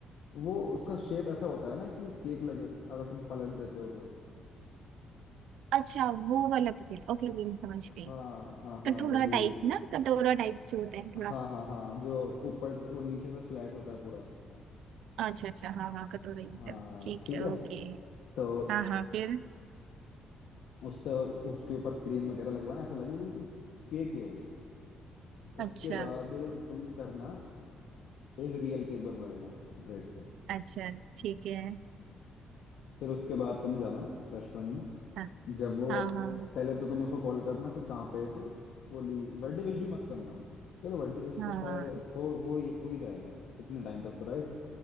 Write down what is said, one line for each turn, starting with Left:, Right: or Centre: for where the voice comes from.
Left: वो उसका शेप ऐसा होता है ना कि केक लगे अगर तुम पलट देते हो तो
Right: अच्छा वो वाला पतीला ओके ओके मैं समझ
Left: हाँ
Right: गई
Left: हाँ हाँ
Right: कटोरा
Left: वही
Right: टाइप ना कटोरा टाइप जो होता है थोड़ा
Left: हाँ
Right: सा
Left: हाँ हाँ जो ऊपर वो नीचे से फ्लैट होता है पूरा
Right: अच्छा अच्छा हाँ हाँ कटोरा ही होता
Left: हाँ
Right: है ठीक
Left: ठीक
Right: है
Left: है
Right: ओके
Left: तो
Right: हाँ हाँ फिर
Left: उस पे उसके ऊपर क्रीम वगैरह लगवाना ऐसा लगे बिल्कुल केक है वो
Right: अच्छा
Left: उसके बाद तुम करना एक रियल केक बनवा लेना ब्रेड से
Right: अच्छा ठीक है
Left: फिर उसके बाद तुम जाना रेस्टोरेंट में
Right: हाँ
Left: जब वो
Right: हाँ हाँ
Left: पहले तो तुम उसको कॉल करना कि कहाँ पे है तो बोली बर्थडे विश भी मत करना चलो बर्थडे विश
Right: हाँ
Left: तो खैर हो हो ही हो ही जाएगा इतने टाइम तक तो राइट